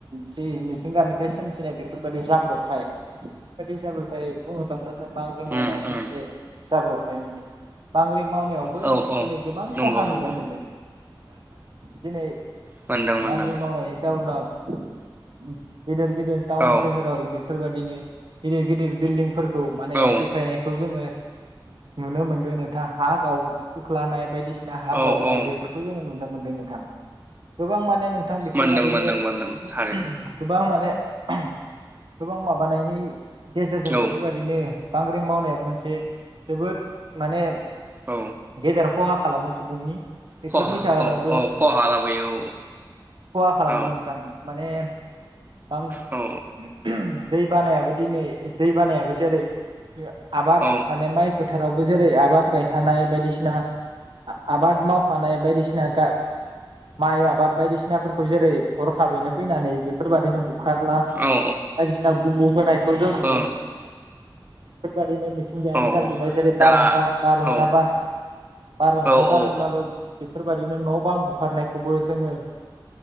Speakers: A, on the right; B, on the right.
A: जि मिथिंगानिफ्राय सोमजिनाय बेफोरबादि जाब्रबथाय बेफोरबादि जाब्रबथाय बुङोबाथ' जों बाग्रिं मावनायाबो
B: उम
A: मोनसे
B: उम
A: जाब्रबथाय मोनसे। बांग्रि मावनायावबो
B: औ औ
A: दिनै गोबां
B: नंगौ
A: खहा नुनो
B: नंगौ
A: मोनदों। दिनै
B: मोनदों मोनदों
A: बांग्रिं मावनायनि जाउनाव ओम गिदेर गिदेर थाउन
B: औ
A: सोहोराव बेफोरबायदिनो‌ गिदिर गिदिर बिल्डिंफोर खौ माने
B: औ
A: सिफायनायखौ जोङो‌ नुनो मोनदों नोंथां हा गाव ख्लानाय बायदिसि दा हा
B: औ
A: गावनाय
B: औ
A: बेफोरखौ जोङो नुनो मोन‌ नोंथां गोबां माने नों नोंथां बेफोरबायादिनो
B: मोनदों मोनदों मोनदों थारैनो
A: गोबां माने गोबां माबानायनि गेजेरजों बेफोरबायदिनो
B: औ
A: बांग्रि मावनाया मोनसे जोबोद माने
B: औ
A: गेदेर ख'हा खालामो सुबुंनि बेफोरनि
B: खहा
A: जाहोनावबो
B: औ औ खहा लाबोयो
A: ख'हा खालामो
B: औ
A: नोंथां माने <unintelligible>
B: औ
A: दै बानायाबो दिनै दै बानायाबो जेरै बे आबाद
B: औ
A: माइ फोथारावबो जेरै आबाद गायखानाय बायदिसिना आबाद मावखानाय बायदिसि‌ ना गा माइ आबाद बायदिसिनाफोरखौ जेरै हरखाबैनो फैनानै बेफोरबायदिनो बुखारला बायदिसिना
B: औ
A: ग'ब'होनाय जों नुनो
B: औ
A: मोनो नोंथां बेफोरबादिनो
B: औ औ
A: <unintelligible> साब्रुनाय जेरै बारहुंखा
B: दा
A: बारहुंखा
B: औ
A: बा-बारहुंखा
B: औ
A: बारोब्लाबो
B: औ
A: बेफोरबादिनो न' बां बुखारनायखौबो जोङो